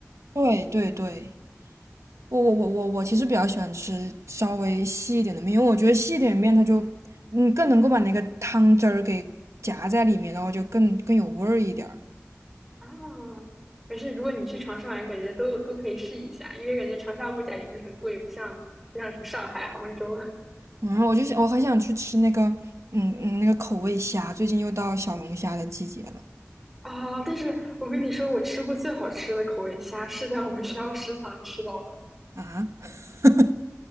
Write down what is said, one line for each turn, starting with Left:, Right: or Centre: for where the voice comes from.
Right: 对对对，我我我我我其实比较喜欢吃稍微细一点的面，因为我觉得细一点的面它就，嗯，更能够把那个汤汁儿给夹在里面，然后就更更有味儿一点儿。
Centre: 啊。可是如果你去长沙玩，感觉都都可以试一下，因为感觉长沙物价也不是很贵，不像不像什么上海、杭州。
Right: 嗯，我就想，我很想去吃那个，嗯嗯，那个口味虾，最近又到小龙虾的季节了。
Centre: 啊，但是我跟你说，我吃过最好吃的口味虾是在我们学校食堂吃到的。
Right: 啊，<laughs>